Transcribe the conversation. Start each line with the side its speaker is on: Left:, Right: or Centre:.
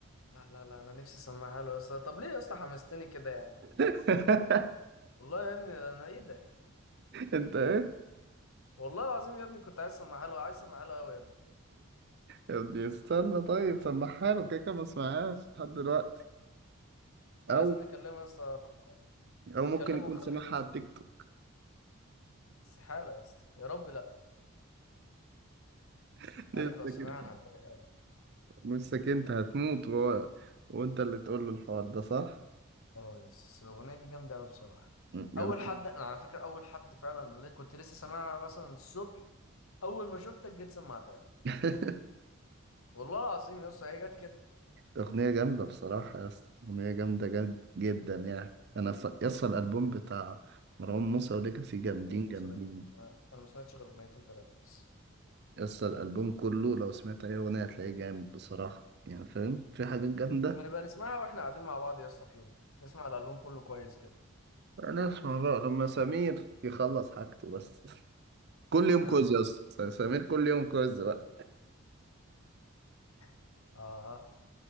Left: لا لا لا انا نفسي اسمعها له يا اسطى طب ليه يا اسطى حمستني كده يعني
Right: <laughs>
Left: والله يا ابني انا ايه ده
Right: انت ايه
Left: والله العظيم يا ابني كنت عايز اسمعها له عايز اسمعها له قوي يا ابني
Right: يا ابني استنى طيب سمعها له كده كده ما سمعهاش لحد دلوقتي
Left: كان
Right: او
Left: لازم نكلمه يا اسطى
Right: او ممكن
Left: نكلمه
Right: يكون
Left: ونخليه
Right: سمعها
Left: ينزل
Right: على التيك توك
Left: استحالة يا اسطى يا رب لا
Right: <laughs> لسه
Left: عارف لو سمعها
Right: كده
Left: انا هتضايق قوي
Right: لسه كده انت هتموت وهو وانت اللي تقول له الحوار ده صح؟
Left: اه يس الاغنية دي جامدة قوي بصراحة
Right: م، جميل
Left: اول حد انا على فكرة اول حد فعلا اللي كنت لسه سامعها مثلا الصبح اول ما شفتك جيت سمعتها لي.
Right: <laughs>
Left: والله العظيم يا اسطى هي جت كده
Right: أغنية جامدة بصراحة يا اسطى أغنية جامدة جد جدا يعني أنا ف... يا اسطى الألبوم بتاع مروان موسى وليجاسي جامدين
Left: انا بص
Right: جامدين
Left: ده جامد انا انا ما سمعتش غير اغنيتين ثلاثة بس
Right: يا اسطى الألبوم كله لو سمعت أي أغنية هتلاقيه جامد بصراحة يعني فاهم في حاجات جامدة
Left: اما نبقى نسمعها واحنا قاعدين مع بعض يا اسطى في يوم نسمع الالبوم كله كويس كده
Right: أنا أسمع بقى لما سمير يخلص حاجته بس <laughs> كل يوم
Left: احنا
Right: كوز
Left: مش
Right: يا اسطى س- سمير كل يوم كوز بقى
Left: <laughs> اه